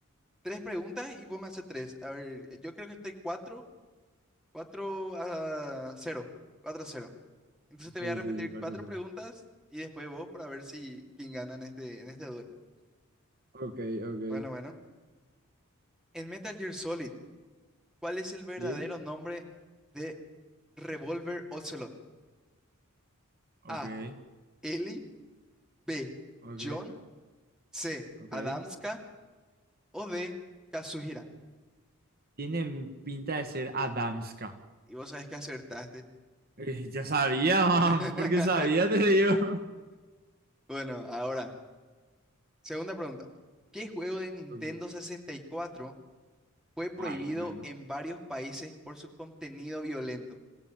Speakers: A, in the centre; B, on the right.
A: tres preguntas y vos me haces tres. A ver, yo creo que estoy cuatro, cuatro a cero, cuatro a cero. Entonces te
B: Sí,
A: voy a repetir
B: sí, sí, cuatro
A: cuatro
B: 0
A: preguntas y después vos para ver si quién gana en este, en este duelo.
B: Ok, ok.
A: Bueno, bueno. En Metal Gear Solid, ¿cuál es el verdadero
B: Sí,
A: nombre de Revolver Ocelot?
B: Ok,
A: A. Ellie. B.
B: ok,
A: John. C.
B: ok.
A: Adamska. o de Kazuhira.
B: Tienen pinta de ser Adamska.
A: Y vos sabés que acertaste.
B: Eh, ya sabía,
A: <laughs>
B: <laughs> man, porque sabía, te digo.
A: Bueno, ahora, segunda pregunta. ¿Qué juego de Nintendo
B: Ok.
A: sesenta y cuatro fue prohibido
B: Ay, bueno.
A: en varios países por su contenido violento?